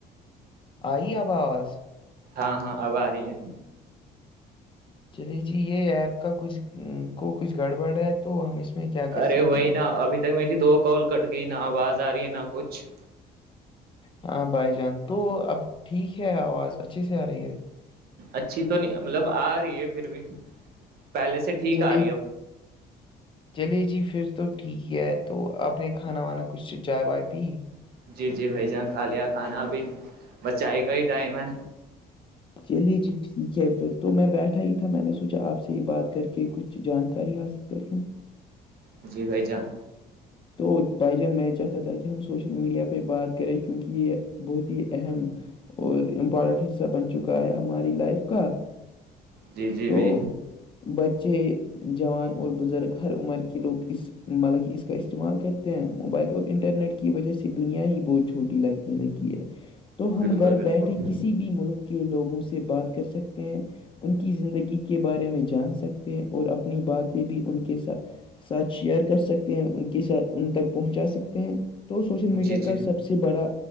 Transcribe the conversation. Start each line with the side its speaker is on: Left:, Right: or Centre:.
Left: آئی آب آواز
Right: ہاں ہاں اب آ رہی ہے
Left: چلیے جی یہ ایپ کا کچھ کو کچھ گڑبڑ ہے تو ہم اس میں کیا
Right: ہے
Left: کر
Right: ارے
Left: سکتے
Right: وہی
Left: ہیں
Right: نا ابھی تک میری دو کال کٹ گئی نہ آواز آ رہی ہے نہ کچھ
Left: ہاں بھائی جان تو اب ٹھیک ہے آواز اچھے سے آ رہی ہے
Right: اچھی تو نہیں مطلب آ رہی ہے پھر بھی پہلے سے ٹھیک
Left: چلیے
Right: آ رہی ہے اب
Left: چلیے جی پھر تو ٹھیک ہے تو آپ نے کھانا وانا کچھ چائے وائے پی
Right: جی جی بھائی جان کھا لیا کھانا ابھی بچائی کا ہی ٹائم ہے
Left: چلیے جی ٹھیک ہے پھر تو میں بیٹھا ہی تھا میں نے سوچا آپ سے ہی بات کر کے کچھ جانکاری حاصل کرش
Right: جی بھائی جان
Left: تو بھائی جان میں چاہتا تھا کہ ہم سوشل میڈیا پہ بات کریں کیونکہ یہ بہت ہی اہم اور امپورٹنٹ حصہ بن چکا ہے ہماری لائف کا
Right: جی جی
Left: تو
Right: بھی
Left: بچے جوان اور بزرگ ہر عمر کے لوگ اس کا استعمال کرے موبائل اور انٹرنیٹ کی وجہ سے دنیا ہی بہت چھوٹی لگنے لگی ہے تو ہم
Right: بالکل
Left: گھر
Right: بالکل
Left: بیٹھے کسی بھی ملک کے لوگوں سے بات کر سکتے ہیں ان کی زندگی کے بارے میں جان سکتے ہیں اور اپنی باتیں بھی ان کے ساتھ ساتھ شیئر کر سکتے ہیں ان کے ان تک پہنچا سکتے ہیں تو سوشل میڈیا
Right: جی جی
Left: کا سب سے بڑا